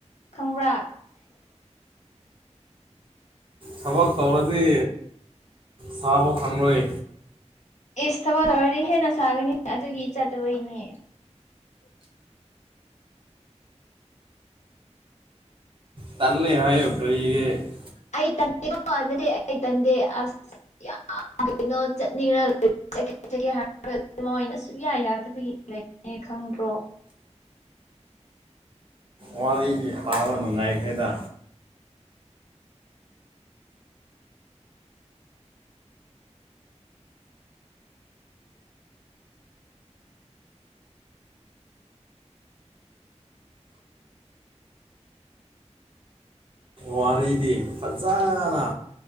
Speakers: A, on the left; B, on the right.
A: ꯈꯪꯕ꯭ꯔꯥ
B: ꯊꯕꯛ ꯇꯧꯔꯗꯤ ꯁꯥꯕꯧ ꯈꯪꯂꯣꯏ
A: ꯑꯦꯁ ꯊꯕꯛ ꯇꯧꯔꯗꯤ ꯍꯦꯟꯅ ꯁꯥꯒꯅꯤ ꯑꯗꯨꯒꯤ ꯆꯠꯇꯕꯩꯅꯦ
B: ꯇꯜ ꯂꯩ ꯍꯥꯏꯌꯣꯛ ꯈꯔ <unintelligible>
A: ꯑꯩ ꯇꯜꯗꯦꯀꯣ ꯅꯠꯇꯦ ꯑꯩ ꯇꯟꯗꯦ ꯌꯥꯝ ꯀꯩꯅꯣ ꯆꯠꯅꯤꯡꯉꯦ ꯍꯥꯏ ꯃꯣꯏꯅ ꯁꯨꯌꯥ ꯌꯥꯗꯕꯒꯤ ꯂꯩ ꯑꯦ ꯈꯪꯗ꯭ꯔꯣ
B: ꯋꯥꯔꯤꯗꯤ ꯄꯥꯕ ꯅꯨꯡꯉꯥꯏꯈ꯭ꯔꯦꯗ ꯋꯥꯔꯤꯗꯤ ꯐꯖꯅ